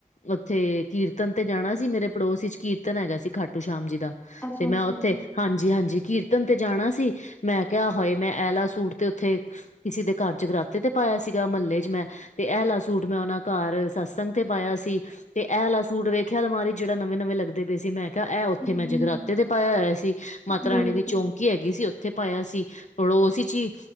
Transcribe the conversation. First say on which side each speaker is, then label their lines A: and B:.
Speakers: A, on the left; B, on the left.
A: ਉਥੇ ਕੀਰਤਨ ਤੇ ਜਾਣਾ ਸੀ, ਮੇਰੇ ਪੜੋਸ ਇਚ ਕੀਰਤਨ ਹੈਗਾ ਸੀ ਖਾਟੂ ਸ਼ਾਮ ਜੀ ਦਾ। ਤੇ
B: ਅੱਛਾ
A: ਮੈਂ
B: ਅੱਛਾ
A: ਉੱਥੇ,
B: ਅੱਛਾ
A: ਹਾਂਜੀ-ਹਾਂਜੀ, ਕੀਰਤਨ ਤੇ ਜਾਣਾ ਸੀ ਮੈਂ ਕਿਹਾ ਹਾਏ, ਮੈਂ ਐਲਾ ਸੂਟ ਤੇ ਉੱਥੇ, ਕਿਸੇ ਦੇ ਘਰ ਜਗਰਾਤੇ ਤੇ ਪਾਇਆ ਸੀਗਾ, ਮਹੱਲੇ'ਚ ਮੈਂ ਤੇ ਐ ਲਾ ਸੂਟ ਮੈਂ ਉਹਨਾਂ ਘਰ ਸਤਸੰਗ ਤੇ ਪਾਇਆ ਸੀ। ਤੇ ਐਲਾ ਸੂਟ ਵੇਖਿਆ ਅਲਮਾਰੀ ਜਿਹੜਾ ਨਵੇਂ-ਨਵੇਂ ਲੱਗਦੇ ਪਏ ਸੀ, ਮੈਂ ਤਾਂ ਐ ਉਥੇ
B: ਹੂੰ
A: ਮੈਂ ਜਗਰਾਤੇ ਤੇ ਪਾਇਆ ਹੋਇਆ ਸੀ, ਮਾਤਾ
B: ਬਿਲਕੁਲ
A: ਰਾਣੀ ਦੀ ਚੌਂਕ ਕੀ ਹੈਗੀ ਸੀ ਉੱਥੇ ਪਾਇਆ ਸੀ, ਪੜੋਸ'ਚ ਈ